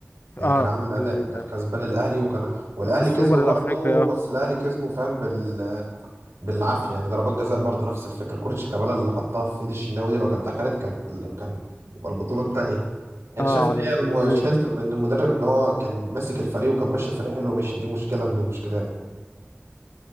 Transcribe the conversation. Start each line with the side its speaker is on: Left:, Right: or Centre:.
Right: يعني
Left: اه
Right: كان عامل اداء
Left: ال...
Right: كان كسبان الاهلي وكان والاهلي
Left: في السوبر
Right: كسبه برضه
Left: الأفريقي اه
Right: بس الاهلي كسبه فاهم بال... بالعافيه يعني ضربات جزاء برضه نفس الفكره كره شيكابالا اللي حطها في ايد الشناوي دي لو كانت دخلت كانت كان يبقى البطوله الثانيه يعني انت
Left: اه
Right: شايف ان
Left: على ال...
Right: هي الم-
Left: مم.
Right: مشكله ان المدرب ان هو كان ماسك الفريق وكان ماشي الفريق حلو ماشي دي مشكله من المشكلات